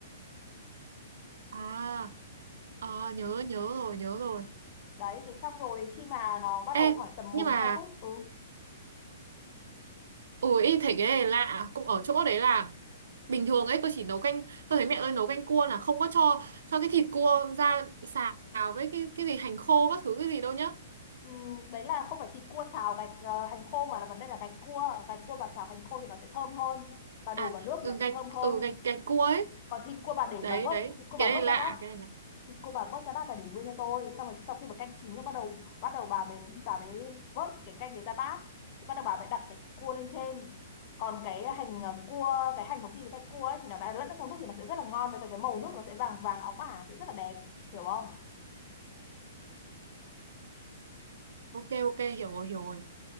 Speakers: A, on the right; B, on the left.
A: À, à nhớ nhớ rồi nhớ rồi.
B: Đấy thế xong rồi khi mà nó bắt
A: Ê
B: đầu khoảng tầm
A: nhưng
B: một
A: mà
B: 2 phút ừ,
A: Ui, thấy cái này lạ cũng ở chỗ đấy là bình thường ấy tôi chỉ nấu canh tôi thấy mẹ tôi nấu canh cua là không có cho cho cái thịt cua ra xào với cái cái gì hành khô các thứ cái gì đâu nhá
B: Ừ, đấy là không phải thịt cua xào gạch ờ, hành khô mà là vấn đề là gạch cua gạch cua bà xào hành khô thì nó sẽ thơm hơn bà đổ
A: à
B: vào nước
A: ừ,
B: thì nó sẽ
A: gạch
B: thơm hơn
A: ừ, gạch gạch cua ấy
B: còn thịt cua bà để
A: đấy
B: bà vớt
A: đấy
B: thịt cua
A: cái
B: bà vớt
A: này lạ
B: ra bát
A: cái này lạ
B: thịt cua bà vớt ra bát và để nguyên cho tôi xong rồi sau khi mà canh chín rồi bắt đầu bắt đầu bà mới bà mới vớt cái canh đấy ra bát thì bắt đầu bà mới đặt cái thịt cua lên trên còn cái hành ờ, cua cái hành mà khi với gạch cua ấy thì nó đã lẫn ở trong nước thì nó sẽ rất là ngon với cả cái màu nước nó sẽ vàng vàng óng ả sẽ rất là đẹp hiểu không
A: ok ok hiểu rồi hiểu rồi